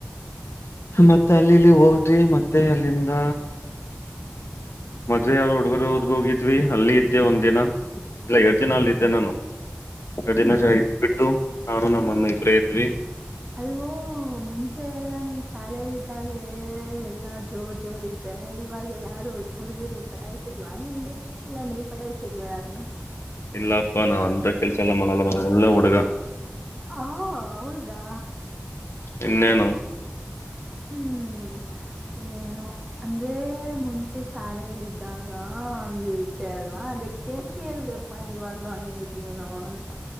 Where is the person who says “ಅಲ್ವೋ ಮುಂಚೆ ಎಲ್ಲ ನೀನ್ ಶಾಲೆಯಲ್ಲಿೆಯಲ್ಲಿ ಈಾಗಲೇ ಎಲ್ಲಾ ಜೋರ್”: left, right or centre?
Right